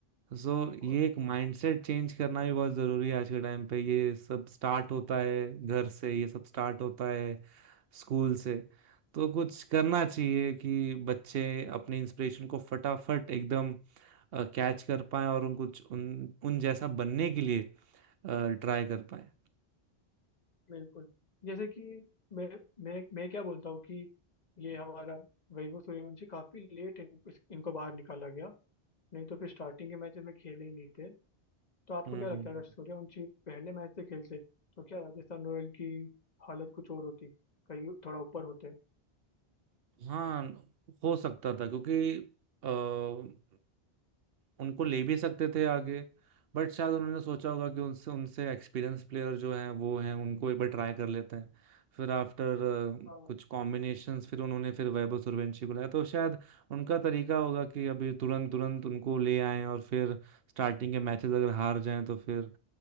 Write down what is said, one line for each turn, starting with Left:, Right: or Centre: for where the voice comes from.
Right: सो
Left: बिल्कुल
Right: ये एक माइंडसेट चेंज करना भी बहुत जरूरी है आज के टाइम पे ये सब स्टार्ट होता है घर से ये सब स्टार्ट होता है स्कूल से तो कुछ करना चाहिए कि बच्चे अपने इंस्पिरेशन को फटाफट एकदम कैच कर पाए और उन कुछ उन उन जैसा बनने के लिए ट्राई कर पाए
Left: बिल्कुल जैसे कि मैं मैं मैं क्या बोलता हूँ कि ये हमारा वैभव सूर्यवंशी काफी लेट इन, इस- इनको बाहर निकाला गया नहीं तो फिर स्टार्टिंग के मैचेस में खेले ही नहीं थे तो आपको
Right: हम्म
Left: क्या लगता है अगर सूर्यवंशी पहले मैच से खेलते तो क्या राजस्थान रॉयल की हालत कुछ और होती कहीं थोड़ा ऊपर होते
Right: हाँ हो सकता था क्योंकि अ, उनको ले भी सकते थे आगे बट शायद उन्होंने सोचा होगा कि उनसे उनसे एक्सपीरियंस प्लेयर जो हैं वो हैं उनको एक बार ट्राई कर लेते हैं फिर आफ्टर
Left: हाँ
Right: कुछ कॉम्बिनेशंस फिर उन्होंने फिर वैभव सूर्यवंशी को लाया तो शायद उनका तरीका होगा कि अभी तुरंत तुरंत उनको ले आएं और फिर स्टार्टिंग के मैचेस अगर हार जाएं तो फिर